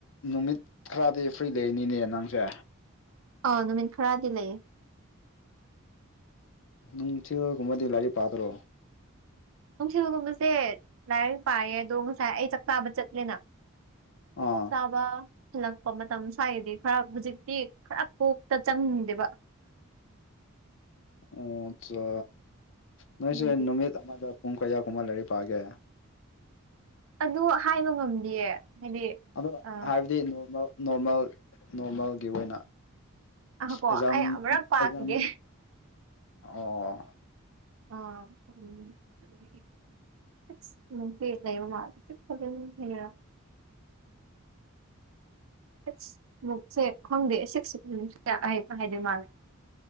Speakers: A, on the left; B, on the right.
A: ꯅꯨꯃꯤꯠ ꯈꯔꯗꯤ ꯐ꯭ꯔꯤ ꯂꯩꯅꯤꯅꯦ ꯅꯪꯁꯦ
B: ꯑ ꯅꯨꯃꯤꯠ ꯈꯔꯗꯤ ꯂꯩꯌꯦ
A: ꯎ ꯁꯤꯒ ꯀꯨꯝꯃꯗꯤ ꯂꯔꯤ ꯄꯥꯗꯣꯔꯣ
B: ꯅꯨꯡꯁꯤꯕꯒꯨꯝꯕꯁꯦ ꯂꯥꯏꯔꯤꯛ ꯄꯥꯏꯌꯦ ꯑꯗꯣ ꯉꯁꯥꯏ ꯑꯩ ꯆꯥꯛꯇꯥꯥꯕ ꯆꯠꯂꯦꯅ
A: ꯑꯥ
B: ꯇꯥꯕ ꯍꯜꯂꯛꯄ ꯃꯇꯝ ꯁ꯭ꯋꯥꯏꯗꯤ ꯈꯔ ꯍꯧꯖꯤꯛꯇꯤ ꯈꯔ ꯀꯣꯛꯇ ꯆꯪꯅꯤꯡꯗꯦꯕ
A: ꯑꯣ ꯑꯆꯥ ꯅꯣꯏꯁꯦ
B: ꯑꯗꯨꯒꯤ
A: ꯅꯨꯃꯤꯠ ꯑꯃꯗ ꯄꯨꯡ ꯀꯌꯥ ꯀꯨꯝꯕ ꯂꯥꯏꯔꯤꯛ ꯄꯥꯑꯒꯦ
B: ꯑꯗꯨ ꯍꯥꯏꯕ ꯉꯝꯗꯤꯌꯦ ꯍꯥꯏꯗꯤ
A: ꯑꯗꯣ
B: ꯑ
A: ꯍꯥꯏꯕꯗꯤ ꯅꯣꯔꯃꯦꯜ ꯅꯣꯔꯃꯦꯜ ꯅꯣꯔꯃꯦꯜꯒꯤ ꯑꯣꯏꯅ
B: ꯑꯀꯣ
A: ꯑꯦꯖꯝ
B: ꯑꯩ ꯑꯃꯨꯔꯛ ꯄꯥꯈꯤꯒꯦ
A: ꯑꯦꯖꯝ ꯑꯣ
B: ꯑꯣ <unintelligible> <unintelligible>